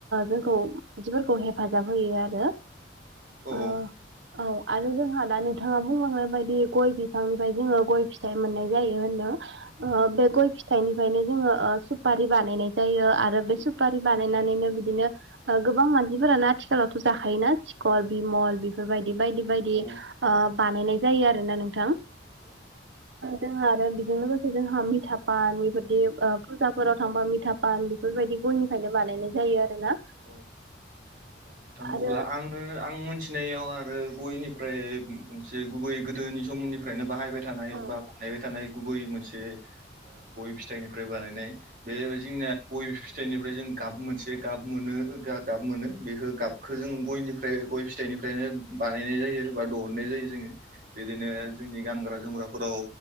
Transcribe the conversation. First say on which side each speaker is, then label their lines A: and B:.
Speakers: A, on the right (about 75°); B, on the right (about 45°).
A: जोंखौ मानसिफोरखौ हेफाजाब होयो आरो
B: औ
A: ओ
B: औ
A: औ आरो जोंहा दा नोंथाङा बुंलांनाय बायदियै गय बिफांनिफ्राय जोङो गय फिथाइ मोननाय जायो होनदों बे गय फिथाइनिफ्रायनो जोङो सुपारि बानायनाय जायो आरो बे सुपारि बानायनानैनो बिदिनो गोबां मानसिफोरानो आथिखालावथ' जाखायोना सिंगल बिमल बेफोरबायदि बायदि बायदि
B: औ
A: बानायनाय जायो आरो ना नोंथां
B: <inaudible>
A: जोंहा आरो बेजों लोगोसे जोंहा मिथापान बेफोरदि फुजाफोराव थांबा मिथापान बेफोरबायदि गयनिफ्रायनो बानायनाय जायो आरोना
B: औ औ नोंथां
A: आरो
B: अब्ला आङो आं मोनथिनायाव आरो गयनि ओमफ्राय मोनसे गुबै गोदोनि समनिफ्रायनो बाहायबाय थानाय
A: औ
B: बा बानायबाय थानाय गुबै मोनसे गय फिथाइनिफ्राय बानायनाय बे जोंनिया गय फिथाय फिथाइनिफ्राय जों गाब मोनसे गाब मोनो गाब मोनो बेखौ गाबखौ जों गयनिफ्राय गय फिथाइनिफ्रायनो बानायनाय जायो बा बहननाय जायो जोंङो बिदिनो
A: औ
B: जोंनि गानग्रा जोमग्रा फोराव